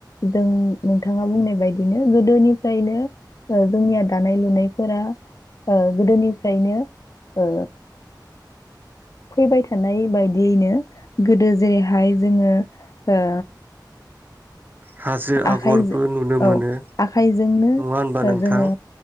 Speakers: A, on the left; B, on the right.
A: जों नोंथाङा बुंनाय बायदिनो गोदोनिफ्रायनो ओ जोंनिया दानाय लुनायफोरा ओ गोदोनि फ्रायनो ओ फैबाय थानाय बायदियैनो गोदो जेरैहाय जोङो ओ
B: हाजो आगरबो
A: आखाइजो
B: नुनो
A: औ
B: मोनो
A: आखाइजोंनो
B: नङा होनबा नोंथां?
A: जोङो